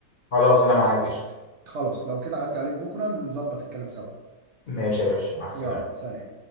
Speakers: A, on the left; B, on the right.
A: خلاص انا معاك قشطه
B: خلاص لو كده عدي عليك بكرة نظبط الكلام سوا
A: ماشي يا باشا مع السلامه
B: يلا سلام